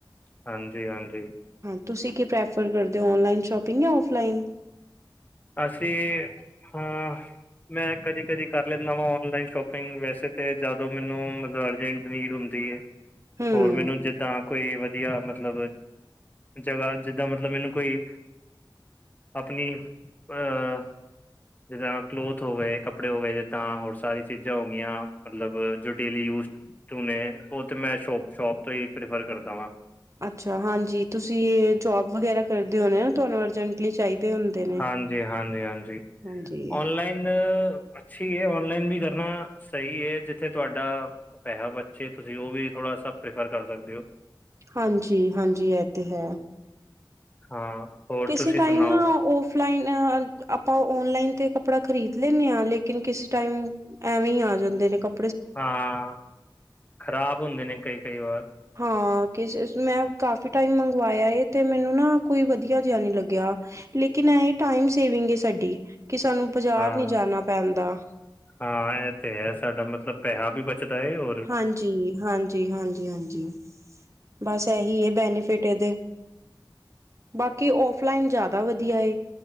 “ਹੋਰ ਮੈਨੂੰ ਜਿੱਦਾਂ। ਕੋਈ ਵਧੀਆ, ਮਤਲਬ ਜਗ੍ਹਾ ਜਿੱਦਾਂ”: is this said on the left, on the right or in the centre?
Left